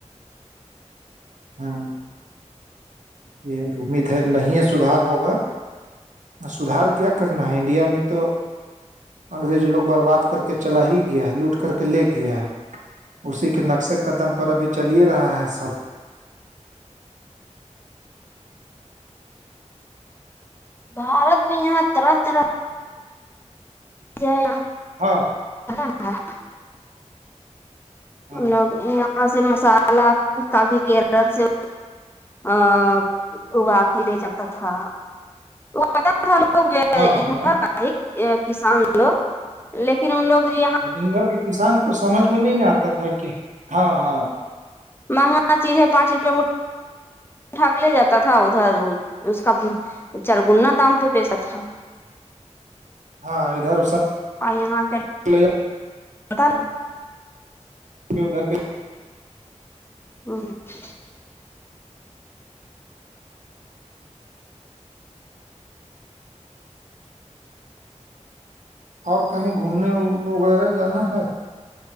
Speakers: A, on the right; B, on the left.
A: <inaudible> یہ امید ہے نہیں ہے سدھار ہوگا سدار کیا کرنا ہے انڈیا میں تو انگریز لو برباد کر کے چلا ہی گیا ہے لوٹ کر کے لے گیا ہے اسی کے نقشے کا دم پر ابھی چل ہی رہا ہے سب
B: بارت میں یہاں طرح طرح <inaudible>
A: ہاں
B: <inaudible>
A: ہاں
B: و یہاں سے مسالہ کافی کیرل سے ا اگا کے لے جاتا تھا وہ لوگ ادھر
A: ہاں ہاں
B: کسان لوگ لیکن ان لوگ جی
A: لیکن ان گھر کے کسان کو سمجھ میں نہیں نہیں آتا تھا کہ ہاں ہاں
B: مہنگانا چیز ہے پانچ روپیہ ٹھااک لے جاتا تھا ادھر اس کا چرگنا دام پہ بیچا تھا <inaudible>
A: ہاں ادھر
B: آائاں
A: لے جا
B: <inaudible>
A: <inaudible>
B: <inaudible>
A: اور کہیں گھومنے وغیرہ جانا ہے